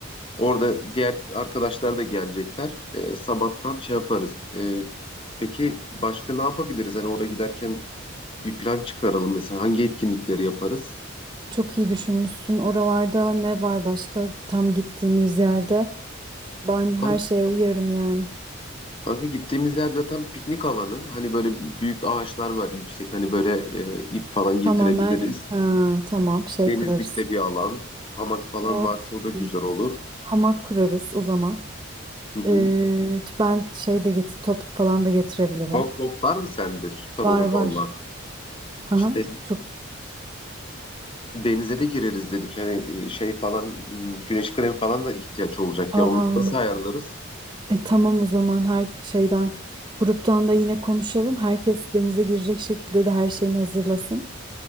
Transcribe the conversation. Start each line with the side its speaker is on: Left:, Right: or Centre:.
Left: orada diğer arkadaşlar da gelecekler. Ee, sabahtan şey yaparız. Ee, peki başka ne yapabiliriz? Hani oraya giderken Bir plan çıkaralım mesela hangi etkinlikleri yaparız?
Right: Çok iyi düşünmüşsün. Oralarda ne var başka tam gittiğiniz yerde? Ben her
Left: Al,
Right: şeye uyarım yani.
Left: Kanka gittiğimiz yer zaten piknik alanı. Hani böyle büyük ağaçlar var yüksek hani böyle e, ip falan getirebiliriz.
Right: Tamamen ha, tamam şey
Left: Denizlikte
Right: kurarız.
Left: bir alan. Hamak falan
Right: Oh
Left: varsa
Right: çok
Left: o da güzel
Right: iyi.
Left: olur.
Right: Hamak kurarız o zaman.
Left: Hı hı.
Right: Ee, ben şey de get top falan da getirebilirim.
Left: Al top var mı sende? Süper
Right: Var
Left: olur
Right: var.
Left: valla.
Right: Aha,
Left: İşte
Right: çok.
Left: denize de gireriz dedik. Hani e, şey falan m, güneş kremi falan da ihtiyaç olacak
Right: Aa,
Left: ya. Onları nasıl ayarlarız?
Right: e, tamam o zaman her şeyden gruptan da yine konuşalım. Herkes denize girecek şekilde de her şeyini hazırlasın.